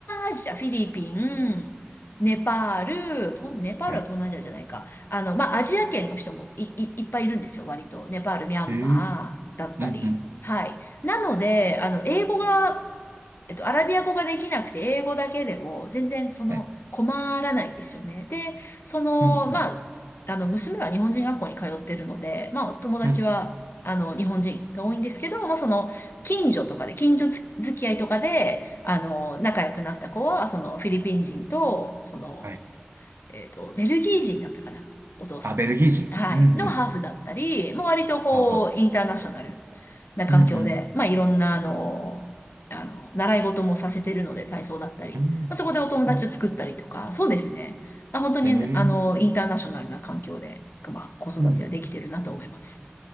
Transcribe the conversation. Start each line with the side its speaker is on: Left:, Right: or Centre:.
Left: 南アジア、フィリピン、ネパール、とネパールは東南アジアじゃないか。
Right: はい。
Left: あの、まあ、アジア圏の人もい、い、いっぱいいるんですよ、割と。ネパール、ミャンマーだったり。
Right: えー、うん、うん、
Left: はい。なので、あの、英語が、えっと、アラビア語ができなくて、英語だけでも、全然、その、
Right: はい、
Left: 困らないんですよね。で、その、
Right: うん、うん、
Left: まあ、あの、娘は日本人学校に通ってるので、まあ、友達は、
Right: うん、
Left: あの、日本人が多いんですけど、まあ、その、近所とかで、近所付き合いとかで、あの、仲良くなった子は、その、フィリピン人と、その、
Right: はい。
Left: えっと、ベルギー人だったかな、お父さん。
Right: あ、ベルギー人。
Left: はい。
Right: うん、
Left: のハーフだったり、
Right: うん。
Left: もう割とこう、
Right: は
Left: インターナショナルな環境で、
Right: い。うんうん
Left: まあいろんなあの、あの、習い事もさせてるので、体操だったり、
Right: うん。
Left: まあ、そこでお友達を作ったりとか、
Right: うん
Left: そうですね。まあ、本当にあの、
Right: ええ
Left: インターナショナルな環境で、まあ子育てはできてるなと思います。
Right: うん。